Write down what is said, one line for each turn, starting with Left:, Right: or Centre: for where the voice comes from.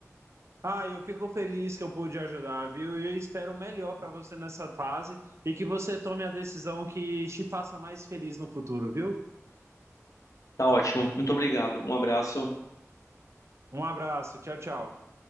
Right: Ah, eu fico feliz que eu pude ajudar, viu? E eu espero o melhor para você nessa fase e que você tome a decisão que te faça mais feliz no futuro, viu?
Left: Tá ótimo. Muito obrigado. Um abraço.
Right: Um abraço, tchau, tchau.